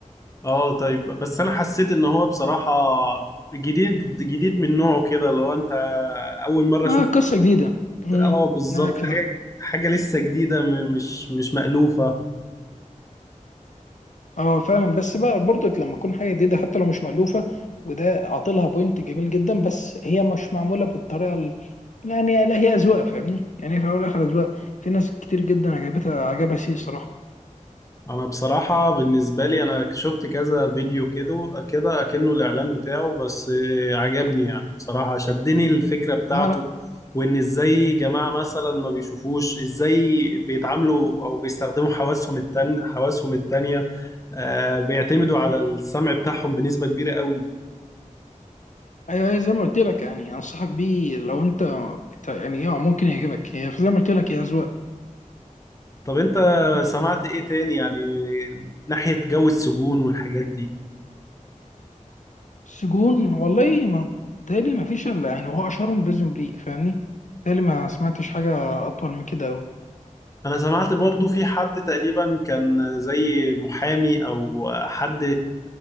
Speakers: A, on the left; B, on the left.
A: اه طيب بس أنا حسيت إن هو بصراحة جديد جديد من نوعه كده لو أنت أول مرة
B: اه
A: شفت
B: قصه جديده امم
A: اه بالظبط
B: معاك في
A: حاجة
B: ده
A: حاجة لسه جديدة م- مش مش مألوفة
B: اه فعلا بس بقى برضك لما تكون حاجه جديده حتى لو مش مألوفه وده عاطلها بوينت جميل جدا بس هي مش معموله بالطريقه ال... يعني لا هي اذواق فاهمني يعني في الاول والاخر اذواق في ناس كتير جدا عجبتها عجبها سي صراحه
A: انا بصراحة بالنسبة لي انا شفت كذا فيديو كده كده اكنه الاعلان بتاعه بس آه، عجبني يعني بصراحة شدني الفكرة بتاعته
B: لا لا
A: وان ازاي جماعة مثلا ما بيشوفوش ازاي بيتعاملوا او بيستخدموا حواسهم التان حواسهم التانية آه بيعتمدوا على السمع بتاعهم بنسبة كبيرة قوي
B: ايوه هي زي ما قلت لك يعني انصحك بيه لو انت بت- يعني اه ممكن يعجبك هي زي ما قلت لك هي اذواق
A: طب انت سمعت ايه تاني يعني ناحية جو السجون والحاجات دي
B: سجون والله ما تالي ما فيش الا يعني هو اشهرهم بريزون بريك فاهمني تالي ما سمعتش حاجه اطول من كده أوي
A: انا سمعت برضو في حد تقريبا كان زي محامي او حد